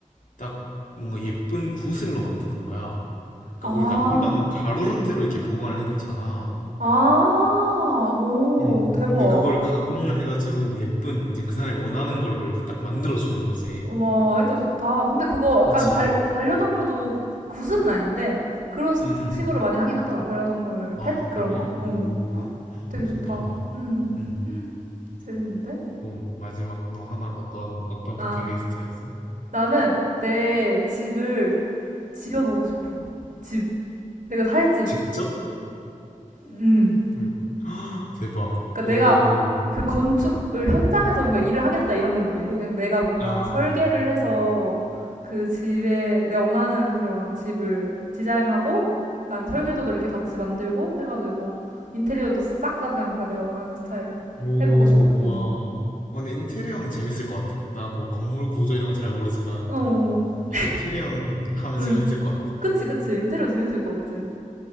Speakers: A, on the left; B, on the right.
A: 딱 뭔가 예쁜 구슬로 만드는 거야. 그러니까
B: 아,
A: 우리 납골당하면 가루 형태로 이렇게 보관을 해놓잖아.
B: 아, 오,
A: 음.
B: 대박.
A: 근데 그걸 가공을 해가지고 예쁜 이제 그 사람이 원하는 걸로 이렇게 딱 만들어주는 거지.
B: 와, 아이디어 좋다. 근데 그거 약간
A: 그치.
B: 발, 반려동물도 굿은 아닌데, 그런 스-
A: 응, 응.
B: 식으로 많이 하긴 하더라. 반려동물,
A: 아,
B: 펫 그런
A: 그래?
B: 거? 응,
A: 오,
B: 되게
A: 신기하다.
B: 좋다. 음,
A: 응.
B: 재밌는데?
A: 또 마지막 너 하나 어떤 어떤
B: 아,
A: 버킷리스트가 있어?
B: 나는 내 집을 지어보고 싶어. 집. 내가 살 집.
A: 직접?
B: 음.
A: 응. <gasps> 헉, 대박.
B: 그러니까
A: 오.
B: 내가 그 건축을 현장에서 뭔가 일을 하겠다 이런 건 아니고 그냥 내가 뭔가
A: 아.
B: 설계를 해서 그 집에 내가 원하는 그런 집을 디자인하고 그 안에 설계도도 이렇게 같이 만들고 해가지고 인테리어도 싹 다 그냥 다 내가 원하는 스타일로
A: 오,
B: 해보고 싶어. 응.
A: 와. 아, 근데 인테리어는 재밌을 것 같아. 나 뭐 건물 구조 이런 건 잘 모르지만
B: 어, 어, 어.
A: 이 인테리어는 하면
B: 응.
A: 재밌을 것 같아.
B: 그치, 그치. 인테리어 재밌을 것 같지.